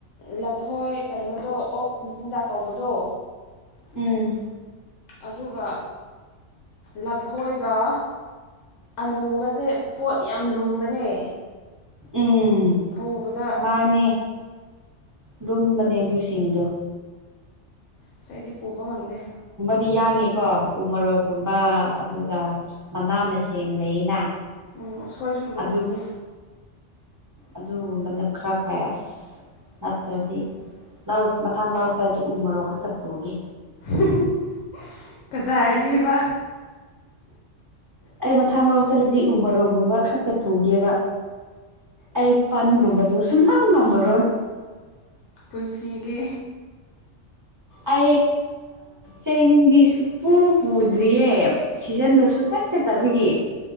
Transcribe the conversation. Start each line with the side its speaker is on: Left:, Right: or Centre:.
Left: ꯂꯐꯣꯏ ꯀꯩꯅꯣ ꯑꯗꯣ ꯑꯣ ꯃꯆꯤꯟꯖꯥꯛ ꯇꯧꯕꯗꯣ
Right: ꯎꯝ
Left: ꯑꯗꯨꯒ ꯂꯐꯣꯏꯒ ꯑꯂꯨꯒꯁꯦ ꯄꯣꯠ ꯌꯥꯝ ꯂꯨꯝꯕꯅꯦ
Right: ꯎꯝ
Left: ꯄꯨꯕꯗ
Right: ꯃꯥꯅꯦ ꯂꯨꯝꯕꯅꯦ ꯑꯗꯨꯁꯤꯡꯗꯨ
Left: ꯑꯁ ꯑꯩꯗꯤ ꯄꯨꯕ ꯉꯝꯗꯦ
Right: ꯑꯗꯨꯗꯤ ꯌꯥꯡꯉꯤꯀꯣ ꯎ ꯃꯔꯣꯛꯒꯨꯝꯕ ꯑꯗꯨꯒ ꯃꯅꯥ ꯃꯁꯤꯡ ꯂꯩꯅ
Left: ꯎꯝ ꯎꯁꯣꯏꯁꯨ ꯂꯨꯝꯕꯅꯤ
Right: ꯑꯗꯨ ꯑꯗꯨꯒꯨꯝꯕꯅ ꯈꯔ ꯐꯩ ꯑꯁ ꯅꯠꯇ꯭ꯔꯗꯤ ꯂ ꯃꯊꯥꯡ ꯂꯥꯎ ꯆꯔꯗꯤ ꯎ ꯃꯔꯣꯛ ꯈꯛꯇ ꯄꯨꯒꯦ
Left: <unintelligible> ꯀꯗꯔꯗꯤꯕꯥ
Right: ꯑꯩ ꯃꯊꯥꯡ ꯂꯧ ꯆꯠꯂꯗꯤ ꯎ ꯃꯔꯣꯛꯒꯨꯝꯕ ꯈꯛꯇ ꯄꯨꯒꯦꯕ ꯑꯩ ꯄꯟꯒꯨꯝꯕꯗ ꯁꯨꯡꯅꯝ ꯉꯝꯃꯔꯣꯏ
Left: ꯄꯨꯟꯁꯤꯒꯤ
Right: ꯑꯩ ꯆꯦꯡꯗꯤ ꯁ ꯄꯨꯨ ꯄꯨꯗ꯭ꯔꯤꯌꯦ ꯁꯤꯖꯟꯗꯁꯨ ꯆꯠ ꯆꯠꯇꯕꯒꯤ